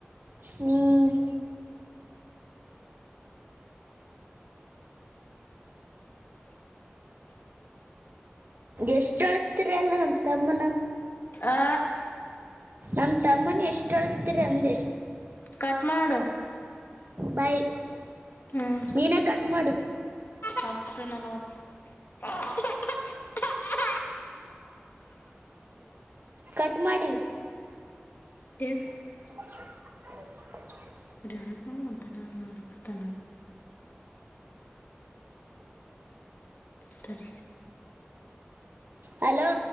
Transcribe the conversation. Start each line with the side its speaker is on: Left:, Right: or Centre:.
Right: ಹ್ಮ್ ಎಷ್ಟ್ ಅಳಸ್ತಿರ ಅಲ್ಲನಮ್ಮ್ ತಮ್ಮನ
Left: ಆ
Right: ನಮ ತಮ್ಮನ ಎಷ್ಟ್ ಅಳ್ಿಸತರಿ ಅಂದೆ
Left: ಕಟ್ ಮಾಡು
Right: ಬಾಯ್
Left: ಹ್ಮ್
Right: ನೀನೇ ಕಟ್ ಮಾಡು
Left: ಹತ್ತು ನಲವತ್ತು <unintelligible>
Right: ಕಟ್ ಮಾಡ್ರಿ
Left: ತ
Right: <unintelligible>
Left: ಒ ಅಳಪ ಒಂತನ ನೋಳ ಕತನ ತರಿ
Right: ಹಲೋ